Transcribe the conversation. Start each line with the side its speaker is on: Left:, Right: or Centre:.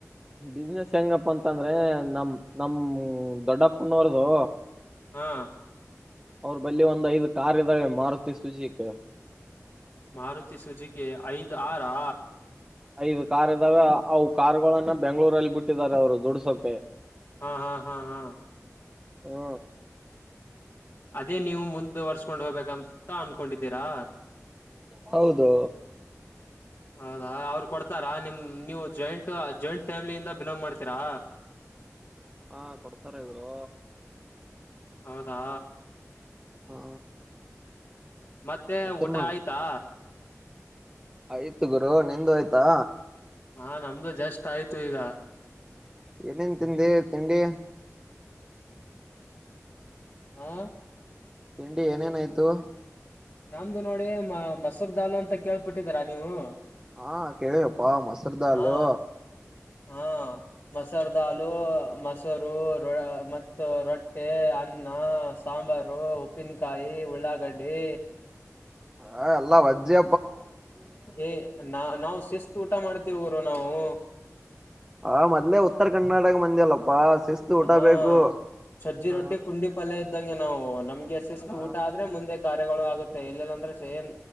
Right: ಬಿಸ್ನೆಸ್ ಹೆಂಗಪ್ಪ ಅಂತಂದ್ರೆ ನಮ್ ನಮ್ ದೊಡ್ಡಪ್ಪನವ್ರದು
Left: ಹಾ
Right: ಅವ್ರ ಬಲ್ಲಿ ಒಂದ್ ಐದ ಕಾರ್ ಇದ್ದಾವೆ ಮಾರತಿ ಸುಜಿಕಿ
Left: ಮಾರುತಿ ಸುಜುಕಿ ಐದ್ ಆರಾ
Right: ಐದು ಕಾರ್ ಇದ್ದಾವೆ ಅವು ಕಾರಗೊಳನ್ನ ಬೆಂಗಳೂರಲ್ಲಿ ಬುಟ್ಟಿದ್ದಾರೆ ಅವರು ದುಡಸೋಕೆ
Left: ಹಾ ಹಾ ಹಾ ಹಾ
Right: ಹ್ಮ
Left: ಅದೇ ನೀವು ಮುಂದುವರ್ಸ್ಕೊಂಡ್ ಹೋಗ್ಬೇಕಂತ ಅನ್ಕೊಂಡಿದ್ದೀರಾ
Right: ಹೌದು
Left: ಹೌದಾ ಅವ್ರು ಕೊಡ್ತಾರಾ ನಿಮ್ ನೀವು ಜಾಯಿಂಟ್ ಜಾಯಿಂಟ್ ಫ್ಯಾಮಿಲಿಯಿಂದ ಬಿಲಾಂಗ್ ಮಾಡ್ತೀರಾ
Right: ಹಾ ಕೊಡ್ತಾರೆ ಇವರು
Left: ಹೌದಾ
Right: ಹಾ
Left: ಮತ್ತೆ
Right: ಮತ್ತೇನ್
Left: ಊಟ
Right: ಮಾಡ
Left: ಆಯ್ತಾ
Right: ಆಯ್ತು ಗುರು ನಿಂದು ಆಯ್ತಾ
Left: ಹಾ ನಮ್ದು ಜಸ್ಟ್ ಆಯ್ತು ಈಗ
Right: ಏನೇನ್ ತಿಂದೆ ತಿಂಡಿ
Left: ಹಾ
Right: ತಿಂಡಿ ಏನೇನಾಯ್ತು
Left: ನಮ್ದು ನೋಡಿ ಮ ಮೊಸರ್ ದಾಲು ಅಂತ ಕೇಳ್ಪಿಟ್ಟಿದರಾ ನೀವು
Right: ಹಾ ಕೇಳುವಪ್ಪಾ ಮೊಸರ್ದಾಲು
Left: ಹಾ ಹಾ ಮಸರದಾಲು ಮ ಮೊಸರು ರ ಮತ್ತು ರೊಟ್ಟೆ ಅನ್ನ ಸಾಂಬಾರು ಉಪ್ಪಿನಕಾಯಿ ಉಳ್ಳಾಗಡ್ಡಿ
Right: ಹ ಎಲ್ಲಾ ವಜ್ಜಿ
Left: ಎ ನ ನಾವ್ ಸ ಶಿಸ್ತು ಊಟ ಮಾಡ್ತೀವಿ ಗುರು ನಾವು
Right: ಹ ಮದ್ಲೆ ಉತ್ತರ ಕರ್ನಾಟಕ ಮಂದಿ ಅಲ್ಲಪ್ಪಾ ಶಿಸ್ತು ಊಟ
Left: ಹಾ
Right: ಬೇಕು
Left: ಸಜ್ಜಿ
Right: ಹ
Left: ರೊಟ್ಟಿ ಕುಂಡಿ ಪಲ್ಯ ಇದ್ದಂಗೆ ನಾವು ನಮ್ ಶಿಸ್ತ
Right: ಹ
Left: ಊಟ ಆದ್ರೆ ಮುಂದೆ ಕ ಗಳು ಆಗುತ್ತೆ ಇಲ್ಲಲ್ಲ ಅಂದ್ರೆ ಸೇನ್